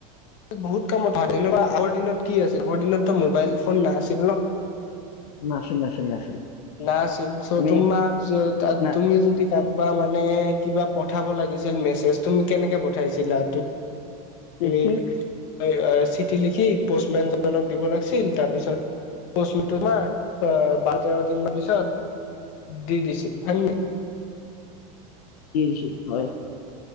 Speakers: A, on the left; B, on the left.
A: বহুত কামত হয় <unintelligible> আগৰ দিনত কি আছিল আগৰ দিনততো মোবাইল ফোন নাছিল ন'?
B: নাছিল নাছিল নাছিল
A: না আছিল চ'
B: আমি
A: তোমাক
B: না
A: তুমি যদি কাম বা মানে কিবা পঠাব লাগিছিল মেছেজ তুমি কেনেকে পঠাইছিলা ত <unintelligible>
B: এ ঠিক
A: চিঠি লিখি পষ্টমেন জনক দিব লাগছিল তাৰপিছত <unintelligible> অ', বাৰ তেৰ দিন মান পিছত দি দিছিল। হয় নাই।
B: কি দিছিল হয়?